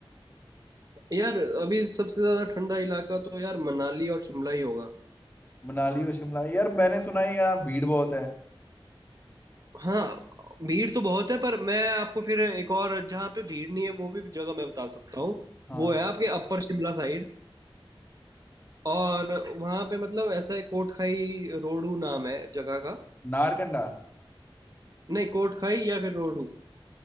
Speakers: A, on the right (about 40°); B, on the left (about 20°).
A: यार अभी सबसे ज्यादा ठंडा इलाका तो यार मनाली और शिमला ही होगा
B: मनाली और शिमला यार मैंने सुना है यहाँ भीड़ बहुत है
A: हाँ भीड़ तो बहुत है पर मैं आपको फिर एक और जहाँ पे भीड़ नहीं है वो भी जगह मैं बता सकता हूँ
B: हाँ
A: वो है आपके अपर शिमला साइड और वहाँ पे मतलब ऐसा है कोटखाई रोडू नाम है जगह का
B: नारकंडा
A: नहीं कोटखाई या फिर रोडू